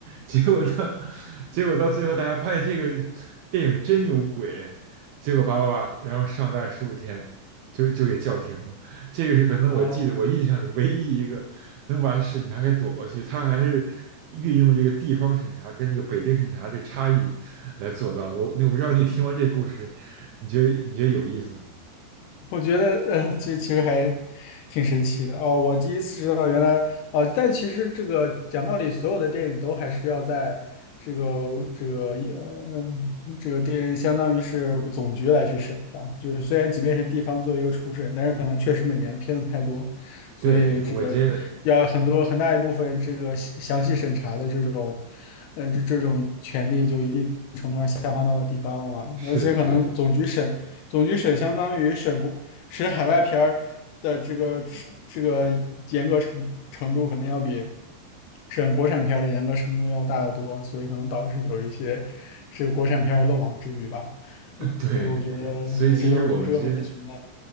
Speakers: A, on the right; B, on the left.
A: 结果到结果到最后大家发现这个电影真有鬼，结果叭叭叭，然后上大概十五天。就就给叫停了，这个是可能我记得我印象里唯一一个能把审查给躲过去，
B: 哦。
A: 他还是运用了这个地方审查跟这个北京审查这差异来做到的。我我不知道你听完这故事，你觉得你觉得有意思吗？
B: 我觉得，呃，这其实还挺神奇的哦。我第一次知道，原来哦，但其实这个讲道理，所有的电影都还是要在这个这个呃这个电，相当于是总局来去审吧。就是虽然即便是地方做一个初审，但是可能确实每年的片子太多，所以这个要很多很大一部分这个详详细审查的这种，
A: 对，我觉得
B: 呃，这这种权利就一定程度上下放到了地方了，
A: 是的是的
B: 而且可能总局审。总局审相当于审国使海外片儿的这个这个严格程程度肯定要比审国产片儿的严格程度要大得多，所以可能导致有一些这个国产片儿漏网之鱼吧。
A: <laughs> 呃对，
B: 嗯，对，我觉得有这个有这个问题存在。
A: 所以其实我们今天